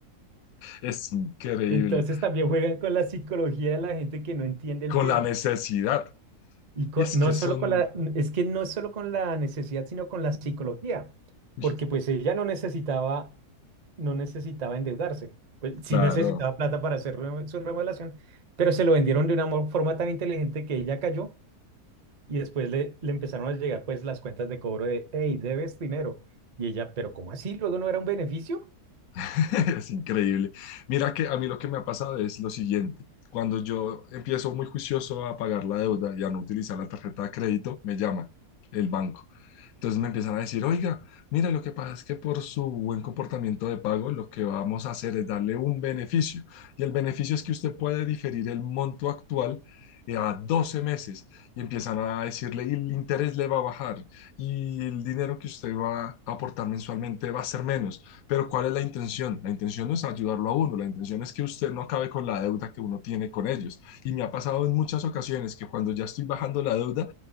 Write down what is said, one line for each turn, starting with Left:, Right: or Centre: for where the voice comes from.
Left: Es increíble.
Right: Entonces también juegan con la psicología de la gente que no entiende el
Left: Con
Right: tema.
Left: la necesidad.
Right: Y co-
Left: Y es
Right: no
Left: que son,
Right: solo con la, es que no solo con la necesidad, sino con la psicología,
Left: uy,
Right: porque pues ella no necesitaba, no necesitaba endeudarse, pues sí
Left: claro.
Right: necesitaba plata para hacer remo- su remodelación, pero se lo vendieron de una mo- forma tan inteligente que ella cayó y después le, le empezaron a llegar pues las cuentas de cobro de, hey, debes dinero. Y ella, pero ¿cómo así? Luego no era un beneficio.
Left: <laughs> Es increíble. Mira que a mí lo que me ha pasado es lo siguiente. Cuando yo empiezo muy juicioso a pagar la deuda y a no utilizar la tarjeta de crédito, me llama el banco. Entonces me empiezan a decir, oiga, mira, lo que pasa es que por su buen comportamiento de pago, lo que vamos a hacer es darle un beneficio. Y el beneficio es que usted puede diferir el monto actual eh, a 12 meses y empiezan a decirle, y el interés le va a bajar y el dinero que usted va a aportar mensualmente va a ser menos. Pero ¿cuál es la intención? La intención no es ayudarlo a uno, la intención es que usted no acabe con la deuda que uno tiene con ellos. Y me ha pasado en muchas ocasiones que cuando ya estoy bajando la deuda,